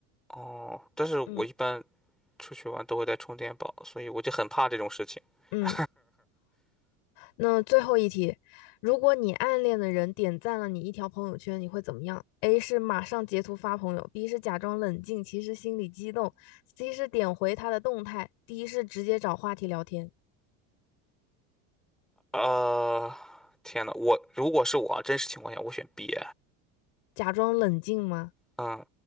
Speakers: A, in the centre; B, on the left.
A: 哦，但是我一般
B: <laughs> 嗯
A: 出去玩都会带充电宝，所以我就很怕这种事情。
B: 嗯。
A: <laughs>
B: 那最后一题，如果你暗恋的人点赞了你一条朋友圈，你会怎么样？A 是马上截图发朋友，B 是假装冷静，其实心里激动，C 是点回他的动态，D 是直接找话题聊天。
A: 呃，天呐，我如果是我啊真实情况下，我选 B。
B: 假装冷静吗？
A: 嗯